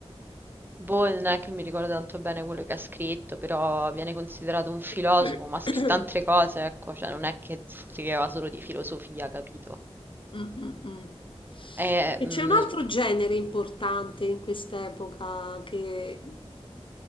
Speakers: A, on the right; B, on the left.
A: boh, non è che mi ricordo tanto bene quello che ha scritto, però viene considerato un filosofo,
B: <clears throat>
A: ma ha scritto altre cose, ecco, cioè non è che scriveva solo di filosofia, capito?
B: Mm, mm, mm. <clears throat>
A: E,
B: E
A: mm,
B: c'è un altro genere importante in quest'epoca che,